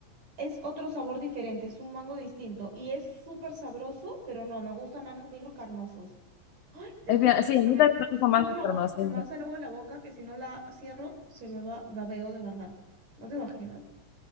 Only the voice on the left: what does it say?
Es
bien, sí, a mí
también me
gusta
más esto,
no
no.